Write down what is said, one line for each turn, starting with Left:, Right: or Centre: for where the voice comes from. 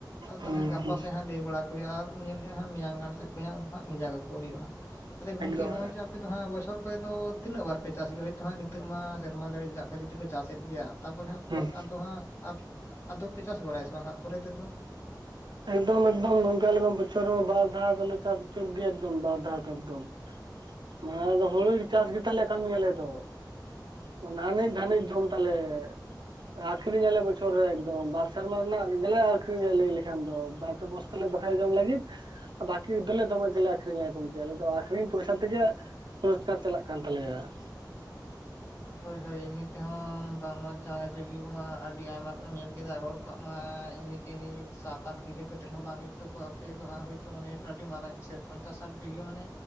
Left: ᱟᱫᱚ
Right: ᱦᱩᱸ
Left: ᱛᱟᱦᱞᱮ ᱜᱟᱯᱟ
Right: ᱦᱩᱸ
Left: ᱥᱮᱜ ᱦᱟᱸᱜ ᱞᱟᱹᱭ ᱵᱟᱲᱟ ᱦᱩᱭᱩᱜ-ᱟ ᱟᱨ ᱧᱮᱞ ᱜᱮ ᱦᱟᱸᱜ ᱢᱮᱭᱟᱝ ᱜᱟᱱ ᱥᱮᱫ ᱠᱷᱚᱭᱟᱜ ᱦᱟᱸᱜ ᱵᱷᱮᱡᱟ ᱠᱟᱠᱚ ᱦᱩᱭᱩᱜ-ᱟ ᱾ ᱛᱟᱦᱞᱮ ᱜᱚᱝᱠᱮ
Right: ᱮᱠᱫᱚᱢ
Left: ᱦᱚᱸᱜ-ᱚᱭ ᱡᱮ ᱡᱟᱦᱟᱸ ᱟᱯᱮ ᱫᱚ ᱦᱟᱸᱜ ᱵᱚᱪᱷᱚᱨ ᱨᱮ ᱫᱚ ᱛᱤᱱᱟᱹᱜ ᱵᱟᱨ ᱯᱮ ᱪᱟᱥ ᱜᱮᱭᱟ ᱢᱤᱫ ᱫᱷᱟᱣ ᱱᱤᱛᱚᱜ ᱢᱟ ᱥᱮᱨᱢᱟ ᱡᱟᱹᱲᱤ ᱡᱟᱜ ᱠᱚ ᱡᱩᱫᱤ ᱯᱮ ᱪᱟᱥᱮᱫ ᱜᱮᱭᱟ ᱛᱟᱯᱚᱨᱮ ᱦᱟᱸᱜ
Right: ᱦᱩᱸ
Left: ᱟᱫᱚ ᱦᱟᱸᱜ ᱟᱫᱚ ᱯᱮ ᱪᱟᱥ ᱵᱟᱲᱟᱭᱟ ᱥᱮ ᱵᱟᱝ ᱦᱟᱸᱜ ᱯᱚᱨᱮ ᱛᱮᱫᱚ ᱾
Right: ᱮᱠᱫᱚᱢ ᱮᱠᱫᱚᱢ ᱜᱚᱝᱠᱮ ᱟᱞᱮ ᱫᱚ ᱵᱚᱪᱷᱚᱨ ᱨᱮ ᱵᱟᱨ ᱫᱷᱟᱣ ᱫᱚᱞᱮ ᱪᱟᱥ ᱮᱜ ᱜᱮᱭᱟ ᱛᱚ ᱵᱟᱨ ᱫᱷᱟᱣ ᱫᱚ ᱾ ᱢᱟᱱᱮ ᱫᱚ ᱦᱳᱲᱳ ᱪᱟᱥ ᱜᱮ ᱛᱟᱞᱮ ᱠᱟᱹᱢᱤ ᱟᱞᱮ ᱫᱚ ᱾ ᱚᱱᱟ ᱟᱱᱮᱡ ᱫᱷᱟᱱᱮᱡ ᱡᱚᱢ ᱛᱟᱞᱮ ᱾ ᱟᱹᱠᱷᱨᱤᱧᱟᱞᱮ ᱵᱚᱪᱷᱚᱨ ᱨᱮ ᱮᱠᱫᱚᱢ ᱵᱟᱨ ᱥᱮᱨᱢᱟ ᱨᱮᱱᱟᱜ ᱜᱮᱞᱮ ᱟᱹᱠᱷᱨᱤᱧᱟ ᱞᱟᱹᱭ ᱞᱮᱠᱷ ᱮᱠᱷᱟᱱ ᱫᱚ ᱵᱟᱨ ᱯᱮ ᱵᱚᱥᱛᱟ ᱞᱮ ᱫᱚᱦᱚᱭᱟ ᱡᱚᱢ ᱞᱟᱹᱜᱤᱫ ᱵᱟᱠᱤ ᱫᱚᱞᱮ ᱫᱚᱢᱮ ᱜᱮᱞᱮ ᱟᱹᱠᱷᱨᱤᱧᱟ ᱜᱚᱢᱠᱮ ᱟᱞᱮ ᱫᱚ ᱟᱹᱠᱷᱨᱤᱧ ᱯᱚᱭᱥᱟ ᱛᱮᱜᱮ ᱨᱚᱡᱽᱜᱟᱨ ᱪᱟᱞᱟᱜ ᱠᱟᱱ ᱛᱟᱞᱮᱭᱟ ᱾
Left: ᱦᱚᱭ ᱦᱚᱭ ᱮᱢᱱᱤ ᱛᱮᱦᱚᱸ ᱵᱟᱝᱢᱟ ᱡᱟᱭ ᱡᱩᱜᱤ ᱠᱚ ᱢᱟ ᱟᱹᱰᱤ ᱟᱭᱢᱟ ᱠᱚ ᱧᱮᱞ ᱠᱮᱫᱟ ᱦᱚᱲ ᱠᱚᱣᱟᱜ ᱢᱟ ᱮᱢᱱᱤ ᱛᱤᱱᱤᱝ ᱥᱟᱛ ᱟᱴ ᱵᱤᱜᱷᱟᱹ ᱠᱟᱛᱮᱫ ᱦᱚᱸ ᱵᱟᱝ ᱦᱩᱭᱩᱜ ᱛᱟᱠᱚᱣᱟ ᱟᱯᱮ ᱫᱚ ᱦᱟᱸᱜ ᱦᱚᱭᱛᱚ ᱢᱚᱱᱮᱭᱟᱯᱮ ᱟᱹᱰᱤ ᱢᱟᱨᱟᱝ ᱥᱮ ᱯᱚᱧᱪᱟᱥ ᱥᱟᱴ ᱵᱤᱜᱷᱟᱹ ᱢᱟᱱᱮ